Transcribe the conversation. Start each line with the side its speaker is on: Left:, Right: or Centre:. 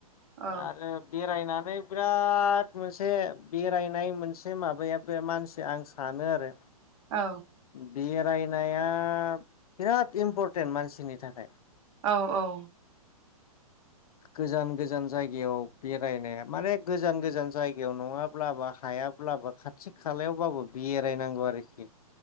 Right: औ
Left: आरो बेरायना नै बिराद मोनसे बेरायनाय मोनसे माबाया बे मानसि आं सानो आरो
Right: औ।
Left: बेरायनाया बिराद इम्परटेन्ट मानसिनि थाखाय।
Right: औ औ औ।
Left: गोजान गोजान जायगायाव बेरायनाया माने गोजान गोजान जायगायाव नङाब्लाबो हायाब्लाबो खाथि खालायावबाबो बेरायनांगौ आरोखि।